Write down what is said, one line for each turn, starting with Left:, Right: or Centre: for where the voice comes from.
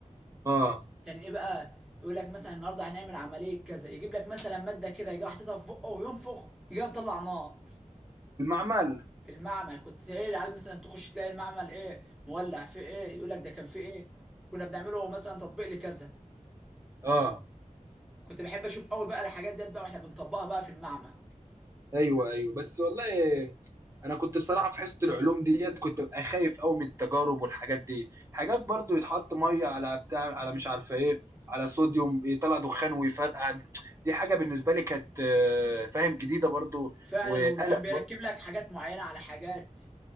Right: اه
Centre: كان ايه بقى يقول لك مثلا النهارده هنعمل عمليه كذا يجيب لك مثلا ماده كده يجي حاططها في بقه وينفخ يجي مطلع نار
Right: المعمل
Centre: في المعمل كنت تلاقي العيال مثلا تخش تلاقي المعمل ايه مولع في ايه يقول لك ده كان في ايه كنا بنعمله مثلا تطبيق لكذا
Right: اه
Centre: كنت بحب اشوف قوي بقى الحاجات ديت بقى واحنا بنطبقها بقى في المعمل
Right: ايوه ايوه بس والله انا كنت بصراحه في حصه العلوم ديت كنت ببقى خايف قوي من التجارب والحاجات دي حاجات برضو يتحط ميه على بتاع على مش عارفه ايه على صوديوم يطلع دخان ويفرقع دي حاجه بالنسبه لي كانت آه، فاهم جديده برضو
Centre: فعلا
Right: وقلق
Centre: وكان بيركب
Right: برضو
Centre: لك حاجات معينه على حاجات